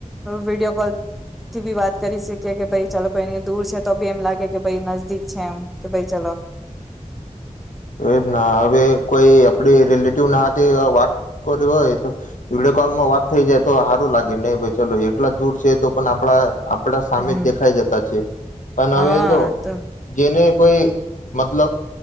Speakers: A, in the centre; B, on the left.
A: વિડીયો કોલથી બી વાત કરી શકીએ કે ભાઈ ચાલો કોઈની દૂર છે તો ભી એમ લાગે કે ભ નજદીક છે એમ કે ભાઈ ચલો.
B: તો એ જ ના હવે કોઈ આપડી રિલેટિવ ના હાથે વાત કરીવી હોય તો, વિડીયો કોલમાં વાત થઈ જાય તો સારું લાગે નહી ભાઈ ચલો એટલા દૂર છે તો પણ આપડા આપડા
A: હમ
B: સામે જ દેખાઈ જતા છે, પણ
A: હા
B: હવે જો
A: તો
B: જેને કોઈ મતલબ